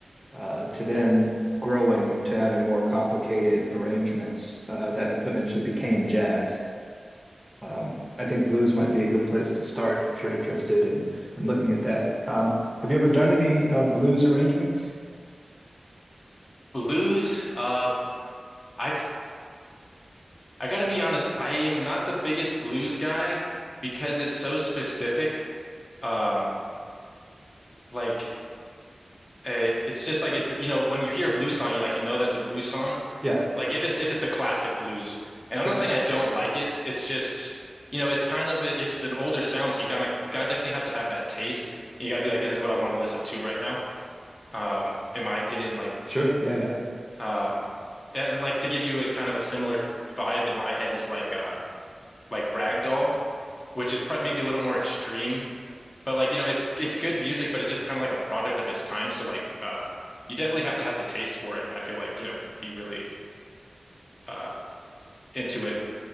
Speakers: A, in the centre; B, on the left.
A: uh, to then growing to having more complicated arrangements uh, that eventually became jazz. Um, I think blues might be a good place to start if you're interested in in looking at that. Um, have you ever done any uh, blues arrangements?
B: Blues, um, I've I gotta be honest, I am not the biggest blues guy because it's so specific. Um, like it, it's just like it's you know when you hear a blues song, you like you know that's a blues song.
A: Yeah.
B: Like if it's if it's the classic blues, and
A: Sure.
B: I'm not saying I don't like it. It's just you know it's kind of it's an older sound, so you gotta you gotta definitely have to have that taste. You gotta be like this is what I want to listen to right now. Um, in my opinion, like.
A: Sure. Yeah, yeah.
B: Um, and like to give you a kind of a similar vibe in my head is like uh like Ragdoll, which is prob- maybe a little more extreme, but like you know it's it's good music, but it's just kind of like a product of its time. So like uh, you definitely have to have the taste for it. I feel like you know be really uh into it.